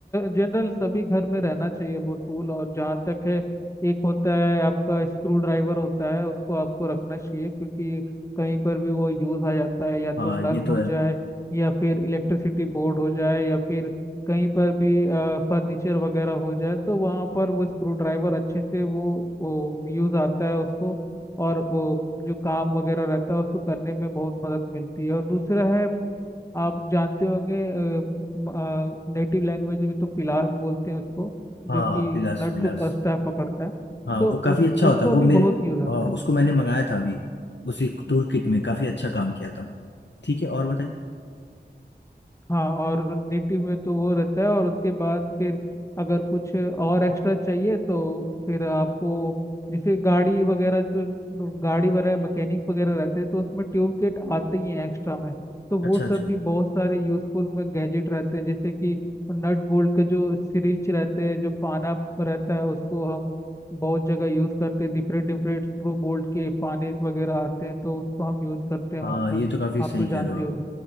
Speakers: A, on the left; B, on the left.
A: जनरल सभी घर में रहना चाहिए वो टूल और जहाँ तक है एक होता है आपका स्क्रू ड्राइवर होता है उसको आपको रखना चाहिए क्योंकि कहीं पर भी वो यूज आ जाता है या तो
B: हाँ
A: नल
B: ये तो
A: हो
B: है
A: जाए या फिर इलेक्ट्रिसिटी बोर्ड हो जाए या फिर कहीं पर भी फर्नीचर वगैरह हो जाए तो वहाँ पर वो स्क्रू ड्राइवर अच्छे से वो, वो यूज आता है उसको और वो जो काम वगैरह रहता है उसको करने में बहुत मदद मिलती है और दूसरा है आप जानते होंगे नेटिव लैंग्वेज में तो पिलास बोलते हैं उसको जो
B: हाँ
A: कि
B: बिलास
A: नट
B: बिलास
A: को कसता है पकड़ता है
B: हाँ
A: तो
B: वो
A: उस
B: काफी अच्छा होता
A: उसका
B: है वो
A: भी
B: मेरे
A: बहुत यूज आता
B: अ,
A: है
B: उसको मैंने मंगाया था अभी उसी टूल किट में काफी अच्छा काम किया था ठीक है और बताइए
A: हाँ और नेटिव में तो वो रहता है और उसके बाद फिर अगर कुछ और एक्स्ट्रा चाहिए तो फिर आपको जैसे गाड़ी वगैरह जो गाड़ी वगैरह मैकेनिक वगैरह रहते हैं तो उसमें ट्यूब किट आते ही हैं एक्स्ट्रा में तो वो
B: अच्छा अच्छा
A: सब भी बहुत सारे यूजफुल में गैजेट रहते हैं जैसे कि नट बोल्ट के जो सिरिंज रहते हैं जो पाना रहता है उसको हम बहुत जगह यूज करते हैं डिफरेंट डिफरेंट स्क्रू बोल्ट के पाने वगैरह आते हैं तो उसको हम यूज करते हैं
B: हाँ
A: वहाँ पर
B: ये तो काफी
A: आप
B: सही
A: तो जानते
B: कह रहे हो आप
A: होगे